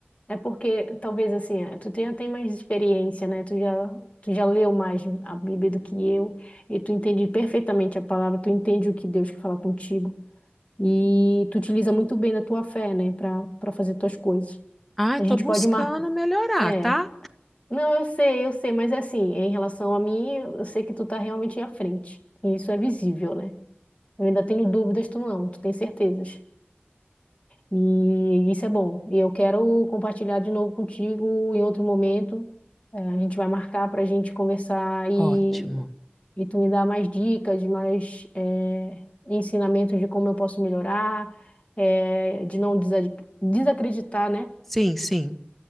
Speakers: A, on the left; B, in the centre.
A: É porque talvez assim, é, tu já tem mais experiência, né? Tu já, tu já leu mais a Bíblia do que eu, e tu entende perfeitamente a palavra, tu entende o que Deus quer falar contigo, e tu utiliza muito bem da tua fé, né, para para fazer tuas coisas.
B: Ai,
A: A
B: tô
A: gente
B: buscando
A: pode marcar.
B: melhorar,
A: É.
B: tá?
A: Não, eu sei, eu sei, mas assim, em relação a mim, eu sei que tu tá realmente à frente. E isso é visível, né? Eu ainda tenho dúvidas, tu não, tu tem certezas. E isso é bom. E eu quero compartilhar de novo contigo em outro momento. Eh, a gente vai marcar para a gente conversar e,
B: Ótimo.
A: e tu me dar mais dicas, mais eh, ensinamentos de como eu posso melhorar, eh, de não desa- desacreditar, né?
B: Sim, sim.